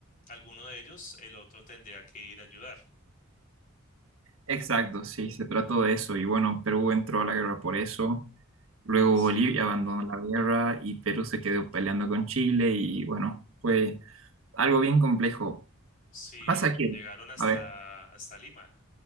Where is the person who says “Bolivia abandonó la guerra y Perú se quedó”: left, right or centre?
Right